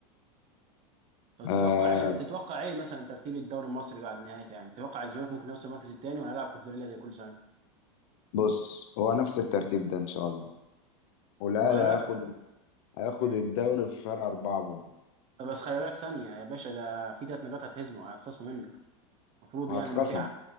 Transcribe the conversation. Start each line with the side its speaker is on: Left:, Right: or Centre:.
Right: طب تتوقع
Left: آه
Right: ايه تتوقع ايه مثلا ترتيب الدوري المصري بعد نهايته يعني تتوقع الزمالك ممكن يوصل المركز الثاني ولا هيلعب كونفدراليه زي كل سنه
Left: بص هو نفس الترتيب ده ان شاء الله والاهلي
Right: طب ما خلي
Left: هياخد
Right: بالك
Left: هياخد
Right: امم
Left: الدوري في فرق اربعه بون
Right: طب بس خلي بالك ثانيه يا باشا ده في ثلاث نقاط هتهزموا هتخصموا منك المفروض
Left: وهتخصم
Right: يعني لو في ع...